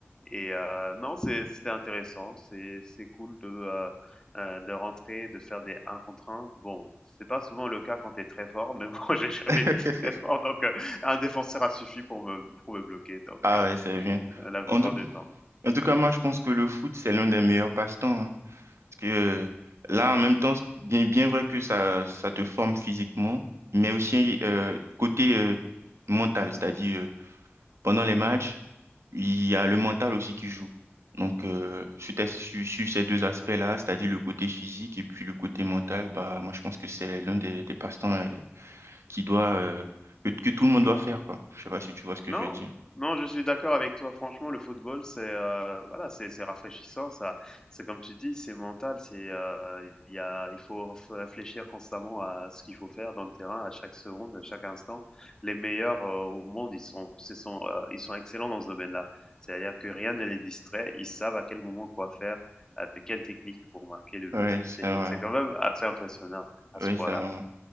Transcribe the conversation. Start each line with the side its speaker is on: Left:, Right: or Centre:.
Left: et heu, non, c'est c'était intéressant, c'est c'est cool de, heu heu, de rentrer, de faire des un contre un. Bon, c'est pas souvent le cas quand t'es très fort, mais <laughs> bon, j'ai jamais
Right: <laughs>
Left: été très fort, donc heu, 1 défenseur a suffi pour me pour me bloquer, donc
Right: Ah
Left: heu,
Right: ouais, c'est bien.
Left: la plupart
Right: En tout,
Left: du temps.
Right: en tout cas, moi, je pense que le foot, c'est l'un des meilleurs passe-temps. hein. Parce que euh, là, en même temps, c'est bien, bien vrai que ça, ça te forme physiquement, mais aussi
Left: Mmh.
Right: euh, côté euh, mental, c'est-à-dire euh, pendant les matchs, il y a le mental aussi qui joue. Donc, euh, sur, tes- sur- sur ces deux aspects-là, c'est-à-dire le côté physique et puis le côté mental, bah, moi, je pense que c'est l'un des, des passe-temps euh, qui doit, euh, que, que tout le monde doit faire, quoi. Je sais pas si tu vois ce que
Left: Non,
Right: je veux dire.
Left: non, je suis d'accord avec toi. Franchement, le football, c'est heu, voilà, c'est c'est rafraîchissant, ça c'est comme tu dis, c'est mental, c'est, heu, il y a il faut ref réfléchir constamment à ce qu'il faut faire dans le terrain, à chaque seconde, à chaque instant. Les meilleurs, heu, au monde, ils sont ce sont, heu, ils sont excellents dans ce domaine-là. C'est-à-dire que rien ne les distrait, ils savent à quel moment quoi faire, avec quelle technique pour marquer le
Right: Oui,
Left: but. C'est
Right: c'est vrai.
Left: c'est quand même assez impressionnant à ce
Right: Oui,
Left: point-là.
Right: ça.